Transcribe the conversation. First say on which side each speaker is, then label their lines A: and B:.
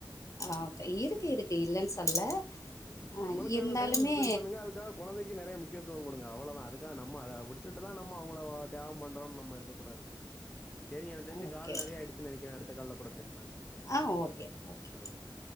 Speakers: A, on the left; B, on the left.
A: ஆ ஓக்கே இருக்கு இருக்கு இல்லன் சொல்ல
B: ம்
A: ஆ,
B: நம்மளுக்கான
A: இருந்தாலுமே
B: டைம் ஸ்பெண் பண்ணுங்க அதுக் கா கொழந்தைக்கு நெறைய முக்கியத்துவொ கொடுங்க அவ்வளதா அதுக்காக நம்ம அத விட்டுட்டு தா நம்ம அவுங்கள தேவம் பண்றோன்னு நம்ம இருக்ககூடாது செரிங்க எனக்தெஞ்சு
A: ஓகே
B: கால் நெறைய ஆய்டு ச்சு நெனைக்கே அடுத்த கால்ல கூட பேஸ்லாங்க
A: அ ஓக்கே ஓக்கே
B: ஆ ஓக்கே